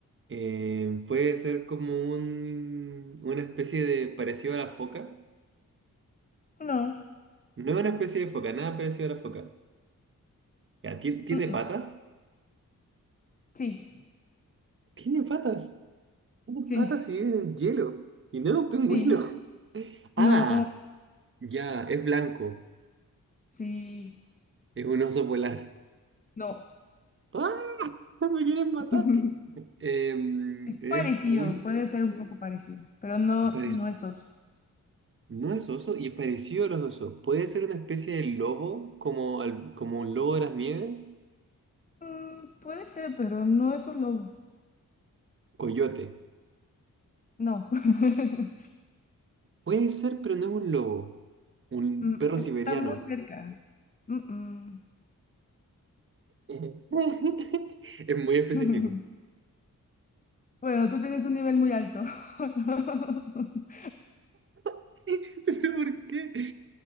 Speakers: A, on the right; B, on the left.
A: Eh, puede ser como un, una especie de parecido a la foca.
B: no,
A: No es una especie de foca, nada parecido a la foca. Ya, ¿tien- ¿tiene
B: mm,
A: patas?
B: mm, Sí,
A: Tiene patas. Tiene
B: sí,
A: patas y vive en el hielo. Y no es un pingüino.
B: sí,
A: <laughs> Ah,
B: no,
A: ya, es blanco.
B: sí,
A: Es un oso polar.
B: no.
A: ¡Ah! ¡No ¡Me quieren matar!
B: <laughs>
A: Em,
B: Es parecido,
A: es un...
B: puede ser un poco parecido, pero no,
A: parecido.
B: no es oso.
A: No es oso y es parecido a los osos. Puede ser una especie de lobo, como, al- como un lobo de las nieves,
B: Mm, puede ser, pero no es un lobo.
A: coyote.
B: No. <laughs>
A: Puede ser, pero no es un lobo. Un
B: Mm,
A: perro
B: Está
A: siberiano.
B: muy cerca. Mm, mm.
A: Ujú. <laughs> Es muy específico.
B: <laughs> Bueno, tú tienes un nivel muy alto. <laughs>
A: <laughs> ¿Pero por qué?